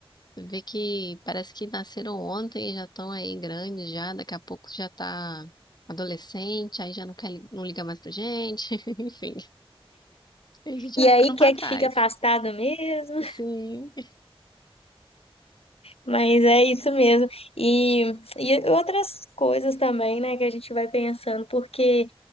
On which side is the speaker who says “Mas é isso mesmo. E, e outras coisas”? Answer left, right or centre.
Left